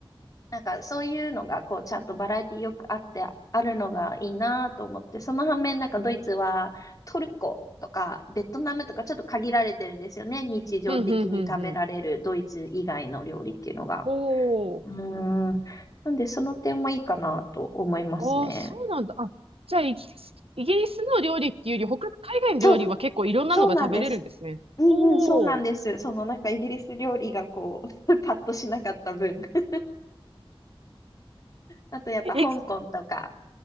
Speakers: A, on the left; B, on the right.
A: なんかそういうのがこうちゃんとバラエティよくあってあるのがいいなと思って、その反面なんかドイツはトルコとかベトナムとかちょっと限られてるんですよね。日常的に食べられるドイツ以外の料理っていうのが。
B: うんうんうんうん。おー。
A: うーん。なんでその点もいいかなと思いますね。
B: ああうんうんうんうんうんうんおお。ああそうなんだ。あ、じゃあイギリス、イギリスの料理っていうより、他の海外の料理は結構いろんなのが食べれるんですね。
A: そう、そうなんです。うんうん、
B: おー。
A: そうなんです。そのなんかイギリス料理がこう、<laughs> パッとしなかった分。<laughs> あとやっぱ香港とか、
B: え、